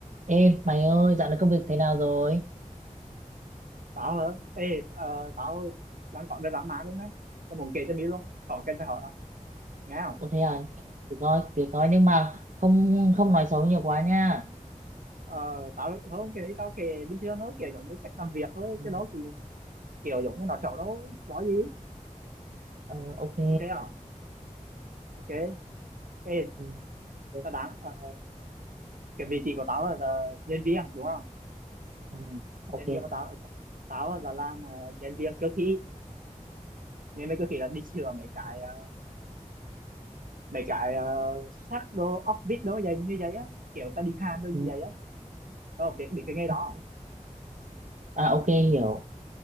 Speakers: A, on the right; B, on the right.
A: Ê, mày ơi, dạo này công việc thế nào rồi?
B: Tao hả? Ê, ờ, tao đang có drama mã luôn đấy. Tao muốn kể cho mi luôn. Còn cần phải hỏi tao. Nghe không?
A: Ủa thế à, thì coi, thì coi nhưng mà không không nói xấu nhiều quá nha.
B: Ờ, tao không cái đấy tao kể bình thường thôi, kiểu giống như cách làm việc thôi.
A: Ừ,
B: Cái đó thì kiểu giống như nó xấu đâu, nói gì.
A: ờ, ok.
B: Ok không? Ok. Ê,
A: Ừ, ừ,
B: tao đang ờ, cái vị trí của tao là, là nhân viên đúng không?
A: ừ, ok.
B: Nhân viên của tao tao là làm ờ, nhân viên cơ khí. nên viên cơ khí là đi sửa mấy cái ờ, mấy cái ờ, sắt đồ, ốc vít đồ vậy như vậy á. Kiểu tao đi hàn đồ như
A: Ừ,
B: vậy á. Không, biết biết cái nghề
A: ok.
B: đó. không?
A: à, ok, hiểu,